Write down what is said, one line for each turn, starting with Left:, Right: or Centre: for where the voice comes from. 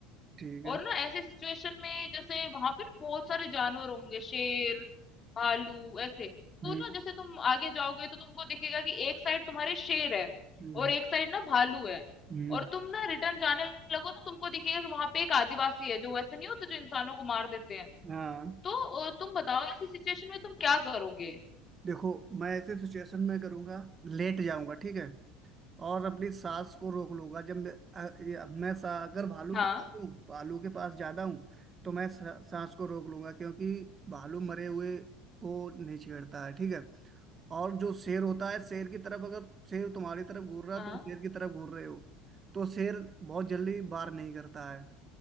Right: ठीक है
Left: और ना ऐसे सिचुएशन में जैसे वहां पे ना बहुत सारे जानवर होंगे शेर भालू ऐसे तो
Right: हम्म
Left: ना जैसे तुम आगे जाओगे तो तुमको दिखेगा कि एक साइड तुम्हारे शेर है
Right: हम्म
Left: और एक साइड ना भालू है
Right: हम्म,
Left: और तुम ना रिटर्न जाने लगो तो तुमको दिखेगा कि वहां पे एक आदिवासी है जो वैसे नहीं होते जो इंसानों को मार देते हैं
Right: हाँ
Left: तो अ, तुम बताओ ऐसी सिचुएशन में तुम क्या करोगे
Right: देखो मैं ऐसे सिचुएशन में करूंगा लेट जाऊंगा ठीक है और अपनी सांस को रोक लूंगा जब मैं अ, ये- मैं सा, अगर भालू
Left: हाँ
Right: के पास हूँ भालू के पास ज्यादा हूँ तो मैं सा, सांस को रोक लूंगा क्योंकि भालू मरे हुए को नहीं छेड़ता है ठीक है और जो शेर होता है शेर की तरफ अगर शेर तुम्हारी तरफ घूर रहा है
Left: हाँ हाँ।
Right: तुम शेर की तरफ घूर रहे हो तो शेर बहुत जल्दी वार नहीं करता है